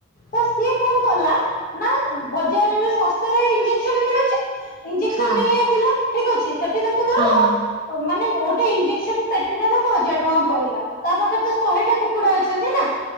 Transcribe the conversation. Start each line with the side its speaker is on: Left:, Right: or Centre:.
Left: ତ ସିଏ କଣ କଲା ନା ବଜାରରେ ଶସ୍ତାରେ ଇଞ୍ଜେକସନ ମିଳୁଛି ଇଞ୍ଜେସନ
Right: ହଁ
Left: ନେଇ ଆସିଲା ଠିକ ଅଛି ସେଠି ତାକୁ ଧର
Right: ହଁ- ହଁ।
Left: ମାନେ ଗୋଟେ ଇଞ୍ଜେକ୍ସନ ପେଟିଟା ଦେଖ ହଜାର ଟଙ୍କା ପହିଲଲା ତା ପାଖରେ ତ ଶହେ ଟା କୁକୁଡା ଅଛନ୍ତି ନା।